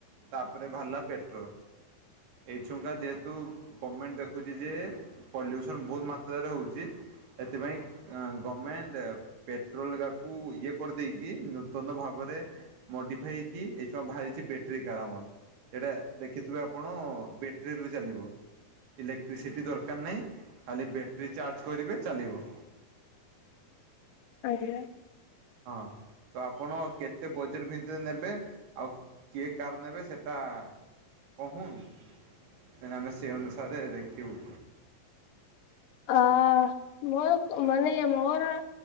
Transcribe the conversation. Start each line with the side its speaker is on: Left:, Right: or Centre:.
Right: ତାପରେ ବାହାରିଲା ପେଟ୍ରୋଲ। ଏଇ ଛୁଙ୍କା ଯେହେତୁ ଗଭର୍ଣ୍ଣମେଣ୍ଟ ଦେଖୁଛି ଯେ ପଲ୍ୟୁସନ ବହୁତ ମାତ୍ରାରେ ହଉଛି ଏଥିପାଇଁ ଗଭର୍ଣ୍ଣମେଣ୍ଟ ପେଟ୍ରୋଲ ଟାକୁ ଇଏ କରିଦେଇକି ନୂତନ ଭାବରେ ମଡିଫାଇ ହେଇକି ଏଇଶୁଣା ବାହାରିଚି ବଟେରୀ କାରାମର୍ ସେଟା ଦେଖିଥିବେ ଆ ଆପଣ ବ୍ୟାଟେରୀରୁ ଚାଲିବ। ଇଲେକ୍ଟ୍ରିସିଟି ଦରକାର ନାହିଁ ଖାଲି ବ୍ୟାଟେରୀ ଚାର୍ଜ କରିବେ ଚାଲିବ।
Left: ଆଜ୍ଞା।
Right: ହଁ ତ ଆପଣ କେତେ ବଜେଟ ଭିତରେ ନେବେ ଆଉ କିଏ କାର୍ ନେବେ ସେଟା କହୁନ। ଆରେ ଆମେ ସେ ଅନୁସାରେ ଦେଖିବୁ।
Left: ଅ ମୋର ମାନେ ମୋର